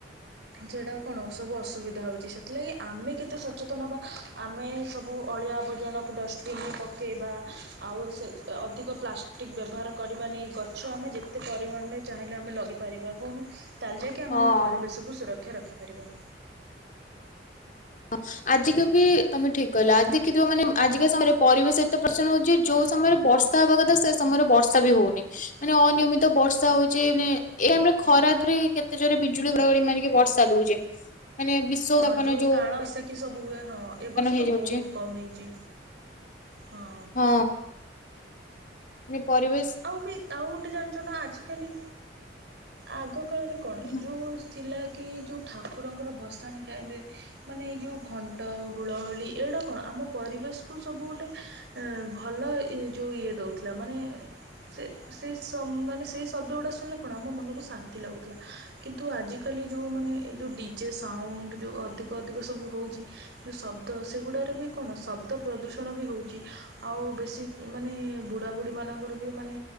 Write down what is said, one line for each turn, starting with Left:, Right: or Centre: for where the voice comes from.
Right: ଯେଡଉ କଣ ସବୁ ଅସୁବିଧା ହଉଚି! ସେଥିଲାଗି ଆମେ କେତେ ସଚେତନ ହବା, ଆମେ ସବୁ ଅଳିଆ ଆବର୍ଜନାକୁ ଡଷ୍ଟ ବିନି ପକେଇବା। ଆଉ ସେ ଅଧିକ ପ୍ଲାଷ୍ଟିକ୍ ବ୍ୟବହାର କରିବା ନେଇି ଗଛ ଆମେ ଯେତ୍ ତେ ପରିମାଣରେ ଚାହିଁଲେ ଆମେ ଲଗିପାରିବା, କହୁନ! ତାଆଲ୍ ଯାଇକି ଆମେ
Left: ହଁ
Right: ଆମ ପରିବେଶକୁୁ ସୁରକ୍ଷା ରଖିପାରିବା।
Left: ହଁ ଆଜିକା ବି ତମେ ଠିକ୍ କହିଲ। ଆଜି ଦେଖିଥିବ ମାନେ ଆଜିକା ସମୟରେ ପରିବେଶ ଏତେ ପ <unintelligible> ଯୋଉ ସମୟରେ ବର୍ଷ ର୍ଷା ହବା କଥା, ସେ ସମୟରେ ବର୍ଷା ବି ହଉନି! ମାନେ ଅନିୟମିତ ବର୍ଷା ହଉଚି ମାନେ, ଏ ଆମର ଖରାଦ୍ରେ କେତେ ଜୋରରେ ବିଜୁଳି ଘଡ଼ଘଡ଼ି ମାରିକି ବର୍ଷା ଦଉଚି। ମାନେ ବିଶ୍ୱ
Right: ହଁ ଯୋଉ
Left: <unintelligible>
Right: କାଳବୈଶାଖୀ ସବୁ ହୁଏ, ହଁ। ଏ ବର୍ଷ
Left: ହେଇଯାଉଛି
Right: ତ ବହୁତ କମ୍ ହେଇଚି, ହଁ।
Left: ହଁ। ନେ ପରିବା
Right: ଆଉ ବି ଆଉ ଗୋଟେ ଜାଣିଛ ନା ଆଜିକାଲି, ଆଗ କାଳରେ କଣ!
Left: ହଁ
Right: ଯୋଉ-ଉସ୍ ଥିଲା କି ଯଉ ଠାକୁରଙ୍କର ଭସାଣି ଟାଇମ୍ ରେ ମାନେ ଏଇ ଯୋଉ ଘଣ୍ଟ, ହୁଳହୁଳି ଏଇଡା କଣ? ଆମ ପରିବେଶ କୁ ସବୁ ଗୋଟେ ଏଁ ଭଲ ଇ ଯୋଉ ଇଏ ଦଉଥିଲା ମାନେ-ଏ ସେ-ସେ ସ ମାନେ ସେଇ ଶବ୍ଦ ଗୁଡା ଶୁଣିଲେ କଣ? ଆମ ମନକୁ ଶାନ୍ତି ଲାଗୁଥିଲା। କିନ୍ତୁ ଆଜିକାଲି ଯଉ ମାନେ ଏଇ ଯଉ ଡିଜେ ସାଉଣ୍ଡ୍, ଯଉ ଅଧିକ ଅଧିକ ସବୁ ହଉଚି ଯୋଉ ଶବ୍ଦ ସେଗୁଡାରେ ବି କଣ ଶବ୍ଦ ପ୍ରଦୂଷଣ ବି ହେଉଚି। ଆଉ ବେଶୀ ମାନେ ବୁଢା ବୁଢୀ ମାନଙ୍କ ର ବି ମାନେ